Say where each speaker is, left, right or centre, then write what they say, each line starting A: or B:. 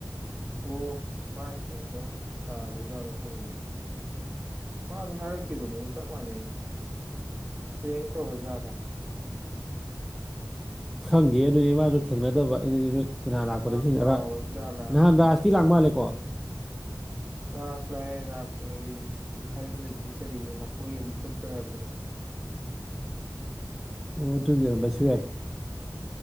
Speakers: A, on the right; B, in the centre.
A: ꯑꯣ ꯃꯥꯏ ꯁꯦꯟꯇꯔ ꯇꯥꯗ꯭ꯔꯖꯥꯠꯂ ꯈꯪꯗꯦ ꯃꯥ ꯑꯗꯨ ꯍꯥꯏꯔꯛ ꯕꯨꯅꯤ ꯆꯞ ꯃꯥꯅꯩꯅ ꯄ꯭ꯔꯦꯡ ꯇꯧꯔꯤꯖꯠꯂ
B: ꯈꯪꯗꯦ ꯑꯗꯨꯅꯤ ꯃꯥꯗꯣ ꯊꯦꯡꯅꯗꯕ ꯑꯩꯅ ꯅꯣꯏ ꯈꯣꯏꯅꯥ ꯂꯥꯛꯄꯗꯁꯨ
A: ꯃꯥ
B: ꯊꯦꯡꯅꯔꯒ
A: ꯀꯥꯎꯔꯕ ꯖꯥꯠꯂꯥ
B: ꯅꯍꯥꯟ ꯔꯥꯖꯇꯤ ꯂꯥꯛ ꯃꯥꯜꯂꯦꯀꯣ
A: ꯔꯥꯁ ꯂꯥꯛꯑꯦ ꯔꯥꯁ ꯊꯦꯡꯅꯩꯗꯨꯗꯤ ꯍꯥꯏꯔꯝꯗꯕꯤꯗ ꯆꯠꯂꯤꯗꯨꯗꯤ ꯃꯀꯣꯏ ꯑꯅꯤ ꯏꯀꯛ ꯀꯛꯂꯗꯅ <inaudible>
B: ꯑꯣ ꯑꯗꯨꯒꯤ ꯑꯣꯏꯔꯝꯕꯁꯨ ꯌꯥꯏ